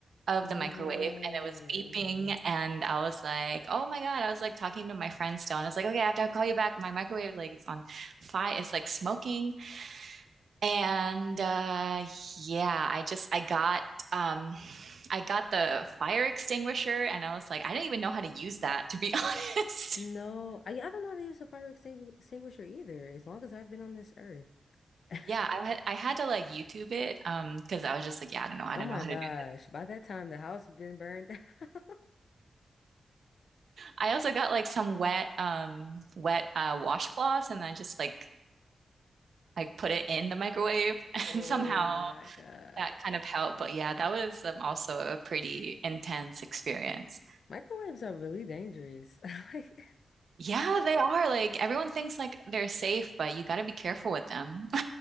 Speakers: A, on the right (about 70°); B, on the left (about 75°).
A: of
B: No.
A: the microwave and it was beeping and I was like, oh my God. I was like talking to my friend still and I was like, okay, I have to call you back. My microwave like is on fire. It's like smoking and uh, yeah, I just I got um I got the fire extinguisher and I was like, I didn't even know how to use that to be <laughs> honest.
B: No. I, I don't know how to use a fire extingu- extinguisher either, as long as I've been on this earth. <laughs>
A: Yeah, I had I had to like YouTube it um because I was just like, yeah, I don't know, I
B: Oh
A: don't
B: my
A: know how
B: gosh.
A: to do it.
B: By that time, the house has been burned down. <laughs>
A: I also got like some wet um wet uh washcloths and I just like like put it in the microwave <laughs>
B: Oh
A: and somehow
B: my God.
A: that kind of helped. But yeah, that was um, also a pretty intense experience.
B: Microwaves are really dangerous. <laughs> Like
A: Yeah, they are. Like everyone thinks like they're safe, but you got to be careful with them. <laughs>